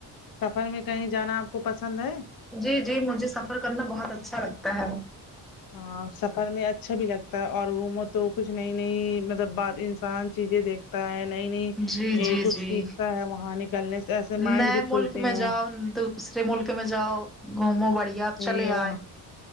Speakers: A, on the left; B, in the centre.
A: سفر میں کہیں جانا آپ کو پسند ہے
B: جی جی مجھے سفر کرنا بہت اچھا لگتا ہے
A: ہاں سفر میں اچھا بھی لگتا ہے اور روم تو کچھ نئی نئی مطلب بات انسان چیزیں دھ ہے نئی نئی
B: جی
A: یہ
B: جی
A: کچھ
B: جی
A: سیکھتا ہے وہاں نکلنے سے ایسے مائنڈ
B: نئے
A: بھی
B: ملک
A: کھلتے
B: میں جاؤ
A: ہیں
B: دوسرے ملک میں جاؤ گھومو بڑھیا اب چلے
A: یہ
B: آئے
A: وہاں